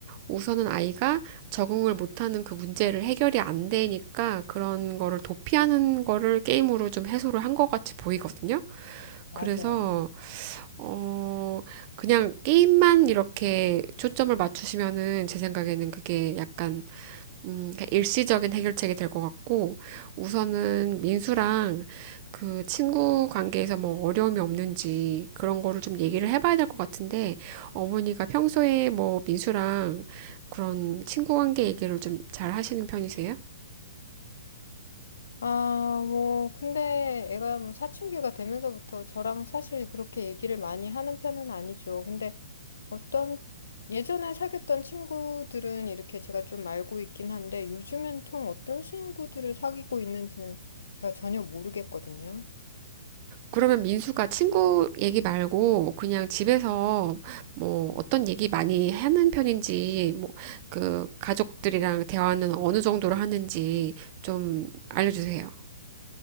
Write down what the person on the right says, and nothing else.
우선은 아이가 적응을 못하는 그 문제를 해결이 안 되니까 그런 거를 도피하는 거를 게임으로 좀 해소를 한 것 같이 보이거든요.
그래서, 어, 그냥 게임만 이렇게 초점을 맞추시면은 제 생각에는 그게 약간 음, 그러니까 일시적인 해결책이 될 것 같고, 우선은 민수랑 그 친구 관계에서 뭐 어려움이 없는지 그런 거를 좀 얘기를 해봐야 될 것 같은데, 어머니가 평소에 뭐 민수랑 그런 친구 관계 얘기를 좀 잘 하시는 편이세요?
그러면 민수가 친구 얘기 말고 그냥 집에서 뭐 어떤 얘기 많이 하는 편인지, 뭐 그 가족들이랑 대화는 어느 정도로 하는지 좀 알려주세요.